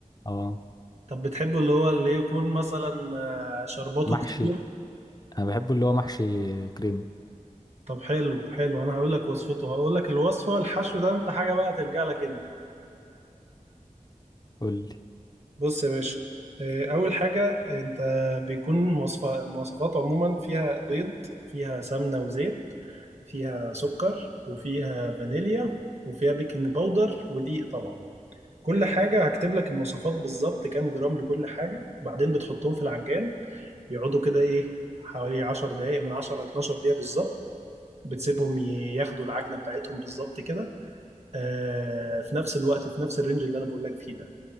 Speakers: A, on the left; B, on the right.
A: اه
B: طب بتحبه اللي هو اللي يكون مثلا آه، شرباته
A: محشي
B: كتير
A: انا بحبه اللي هو محشي كريم
B: طب حلو حلو انا هقول لك وصفته هقول لك الوصفه الحشو ده انت حاجه بقى ترجع لك انت
A: قول لي
B: بص يا باشا آه، اول حاجه انت بيكون وصفه المواصفات عموما فيها بيض فيها سمنه وزيت فيها سكر وفيها فانيليا وفيها بيكنج باودر ودقيق طبعا كل حاجة هكتب لك المواصفات بالظبط كام جرام لكل حاجة بعدين بتحطهم في العجان يقعدوا كده ايه حوالي 10 دقايق من 10 ل 12 دقيقة بالظبط بتسيبهم ي- ياخدوا العجنة بتاعتهم بالظبط كده آه في نفس الوقت في نفس الرينج اللي انا بقول لك فيه ده